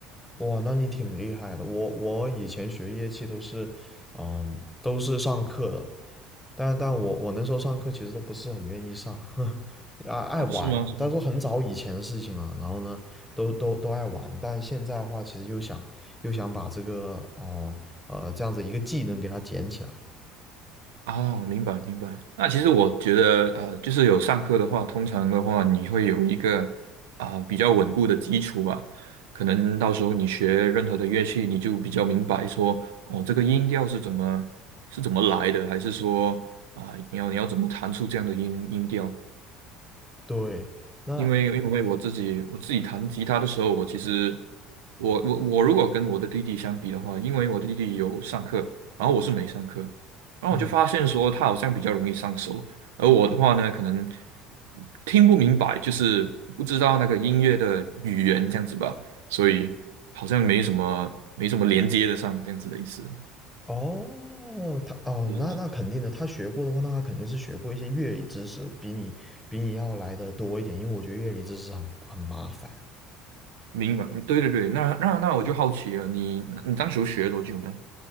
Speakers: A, in the centre; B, on the right.
A: 哇，那你挺厉害的。我我以前学乐器都是，嗯，都是上课的，但但我我那时候上课其实都不是很愿意上，<laughs> 爱爱玩。
B: 哦，是吗？是吗
A: 但是很早以前的事情了，然后呢，都都都爱玩。但现在的话，其实又想又想把这个啊呃，这样子一个技能给它捡起来。
B: 哦，明白明白。那其实我觉得，呃，就是有上课的话，通常的话，你会有一个啊、呃比较稳固的基础吧。可能到时候你学任何的乐器，你就比较明白说，哦，这个音调是怎么是怎么来的，还是说啊、你要你要怎么弹出这样的音音调？
A: 对，那
B: 因为因为我自己我自己弹吉他的时候，我其实我我我如果跟我的弟弟相比的话，因为我弟弟有上课，然后我是没上课，然后我就发现说他好像比较容易上手，
A: 嗯。
B: 而我的话呢，可能听不明白，就是不知道那个音乐的语言这样子吧，所以好像没什么没什么连接的上这样子的意思，
A: 哦，他哦，
B: 就是是
A: 那那肯定的，他学过的话，那他肯定是学过一些乐理知识，比你比你要来的多一点，因为我觉得乐理知识很很麻烦。
B: 明白，嗯对对对，那那那我就好奇了，你你当时学了多久呢？